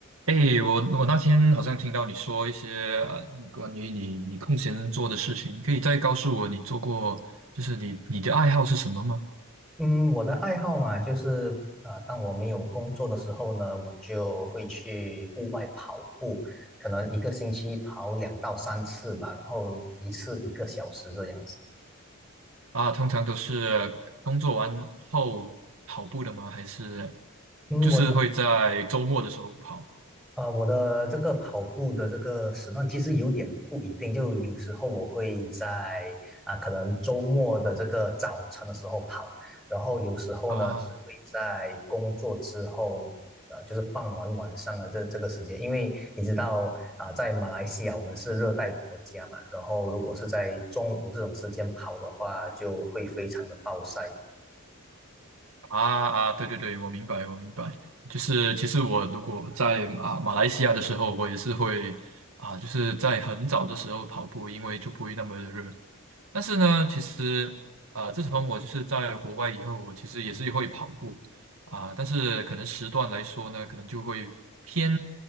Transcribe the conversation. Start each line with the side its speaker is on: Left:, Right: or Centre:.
Right: 诶，我我那天好像听到你说一些呃，你关于你你空闲做的事情，你可以再告诉我你做过，就是你你的爱好是什么吗？
Centre: 嗯，我的爱好嘛，就是啊呃，当我没有工作的时候呢，我就会去户外跑步，可能一个星期跑两到三次吧，然后一次一个小时这样子。
Right: 啊，通常都是工作完后跑步的吗？还是
Centre: 嗯，
Right: 就是会在周末的时候跑？
Centre: 我的啊、我的这个跑步的这个时段其实有点不一定，就有时候我会在啊、可能周末的这个早晨的时候跑，然后有时候呢是会在工作之后，
Right: 啊
Centre: 呃，就是傍晚晚上的这这个时间，因为你知道啊、在马来西亚我们是热带国家嘛，然后如果是在中午这种时间跑的话，就会非常的暴晒。
Right: 啊啊！对对对，我明白，我明白。就是其实我如果在啊马来西亚的时候，我也是会啊，就是在很早的时候跑步，因为就不会那么的热。但是呢，其实呃，自从我就是在国外以后，我其实也是会跑步啊、但是可能时段来说呢，可能就会偏